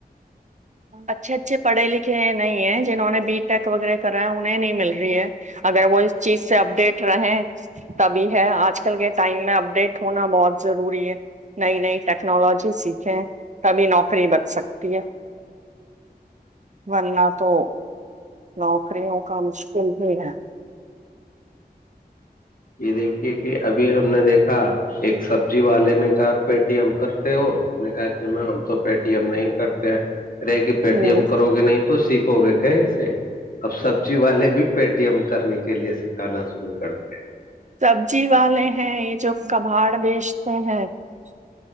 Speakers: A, on the right; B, on the left.
A: اچھے اچھے پڑھے لکھے نہیں ہیں جنہوں نے بی ٹیک وغیرہ کرا ہے انہیں نہیں مل رہی ہے اگر وہ اس چیز سے اپڈیٹ رہے تبھی ہے آج کل کے ٹائم میں اپڈیٹ ہونا بہت ضروری ہے نئی نئی ٹیکنالوجی سیکھیں تبھی نوکری بت سکتی ہے بننا تو نوکریوں کا مشکل ہی ہے
B: یہ دیکھیے کہ ابھی ہم نے دیکھا ایک سبزی والے نے کہا پےٹی ایم کرتے ہو نے کہا کہ میں ہم تو پےٹی ایم نہیں کرتے ہیں رہے کہ پے
A: ہ
B: ٹی ایم کرو گے نہیں تو سیکھ ہو گے کہ ایسے اب سبزی والے بھی پےٹی ایم کرنے کے لیے سکھانا شروع کر دیا ہے <unintelligible>
A: سبزی والے ہیں یہ جو کباڑ بیچتے ہیں <unintelligible>